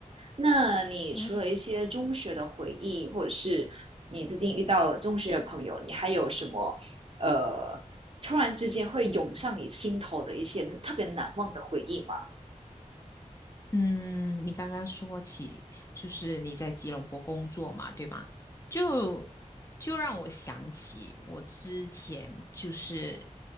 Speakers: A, on the right; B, on the left.
A: 那你除了一些中学的回忆，
B: 嗯，
A: 或者是你最近遇到中学的朋友，你还有什么呃，突然之间会涌上你心头的一些特别难忘的回忆吗？
B: 嗯，你刚刚说起就是你在吉隆坡工作嘛，对吗？就就让我想起我之前就是